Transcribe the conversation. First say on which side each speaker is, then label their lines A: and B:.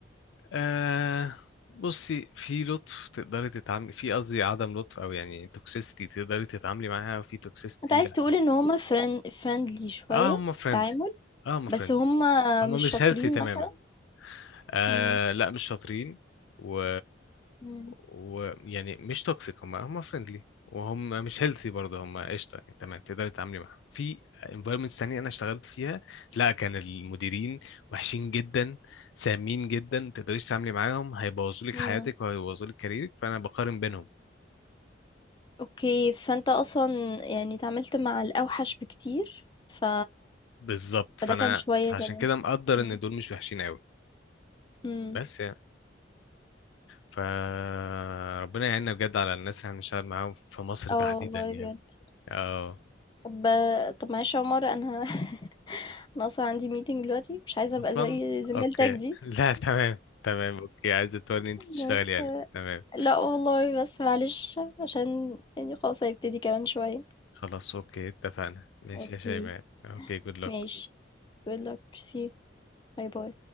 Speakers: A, on the left (about 75°); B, on the left (about 25°).
A: آه بصي في لطف تقدري تتعاملي في قصدي عدم لطف او يعني توكسيستي تقدري تتعاملي معاها وفي توكسيستي
B: أنت عايز
A: لا
B: تقول إن هُم فرن friendly شوية
A: اه هم فريندلي
B: في التعامل،
A: اه هم فريندلي
B: بس هُم
A: هم
B: مش
A: مش
B: شاطرين
A: هيلثي تماما
B: مثلًا؟
A: آه
B: إمم،
A: لا مش شاطرين و...
B: إمم،
A: و يعني مش توكسيك هم هم فريندلي وهم مش هيلثي برضه هم قشطه يعني تمام تقدري تتعاملي معاهم في انفايرمنتس تانية انا اشتغلت فيها لا كان المديرين وحشين جدا سامين جدا ما تقدريش تتعاملي معاهم هيبوظوا لك
B: إمم،
A: حياتك وهيبوظوا لك كاريرك فانا بقارن بينهم
B: أوكي، فأنت أصلًا يعني اتعاملت مع الأوحش بكتير، ف
A: بالظبط فانا
B: فده كان شوية
A: فعشان
B: تمام،
A: كده مقدر
B: إمم،
A: ان دول مش وحشين قوي
B: إمم،
A: بس يعني فربنا يعيننا بجد على الناس اللي هنشتغل معاهم في مصر
B: آه
A: تحديدا
B: والله
A: يعني
B: بجد.
A: اه
B: طب طب معلش يا عمر أنا <laughs> أنا أصلا عندي meeting دلوقتي مش عايزة
A: اصلا
B: أبقى زي زميلتك
A: اوكي
B: دي
A: <laughs> لا تمام تمام اوكي عايزه تورني انت تشتغل
B: بس
A: يعني تمام
B: لا والله بس معلش عشان يعني خلاص هيبتدي كمان شوية
A: خلاص اوكي اتفقنا ماشي
B: اوكي
A: يا شيماء اوكي جود لك
B: ماشي good luck see you. باي باي